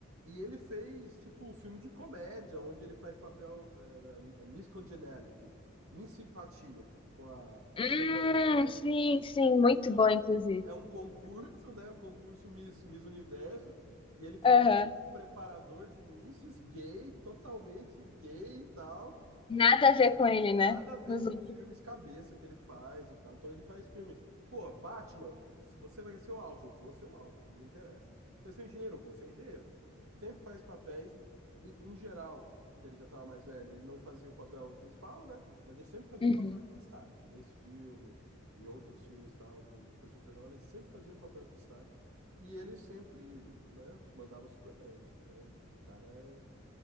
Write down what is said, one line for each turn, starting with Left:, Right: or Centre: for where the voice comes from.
Right: E ele fez, tipo, um filme de comédia, onde ele faz papel é, Miss Congeniality, Miss Simpatia, com a
Left: Hum,
Right: Sandra Bullock.
Left: sim, sim, muito
Right: E é
Left: bom,
Right: um,
Left: inclusive.
Right: é um concurso, né? Um concurso Miss, Miss Universo. E ele faz
Left: Aham.
Right: papel de um preparador de misses, gay, totalmente gay e tal
Left: Nada a ver com ele, né?
Right: nada a ver
Left: Nos
Right: com
Left: outros.
Right: os filmes cabeça que ele faz e tal. Então ele faz filmes. Pô, Batman, se você vai ser o Alfred, vou ser o Alfred, não interessa. Vai ser o engenheiro, vou ser o engenheiro. Sempre faz papéis, em, em geral, porque ele já estava mais velho, ele não fazia o papel principal, né? Mas ele sempre fazia
Left: Uhum.
Right: um papel de destaque. Nesse filme, em outros filmes tal, do, do Christopher Nolan, ele sempre fazia um papel de destaque. E ele sempre, né, mandava super bem, né? Então, o cara é.